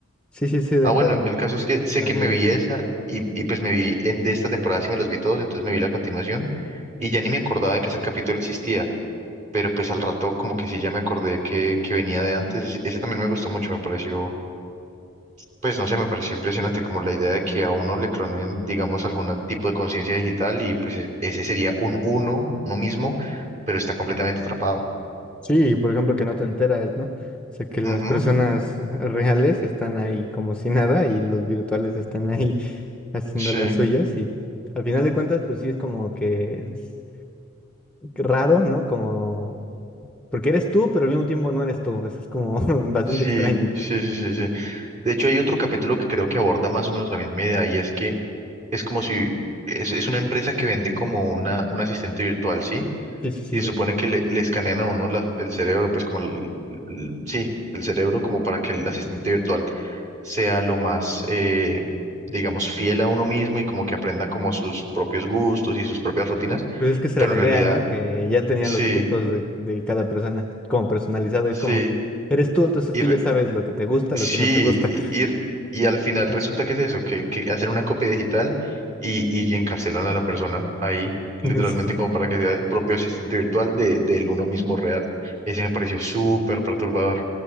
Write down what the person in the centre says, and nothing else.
Sí, sí, sí, ¿de
cuál
hablas?
La
de...
Sí, por ejemplo, que no te enteras, ¿no? O sea, que las
personas reales están ahí como si nada y los virtuales están ahí haciendo
las suyas y al final de cuentas, pues sí es como que es raro, ¿no? Como, porque eres tú, pero al mismo tiempo no eres tú, eso es como <laughs> bastante
extraño.
Sí, sí, sí,
ya.
Pues es que esa
era la
idea, ¿no? Que ya tenía
los gustos de, de cada persona, como personalizado, es
como que eres tú, entonces
tú
ya sabes lo que te gusta,
lo que no te gusta.
<laughs>
Sí,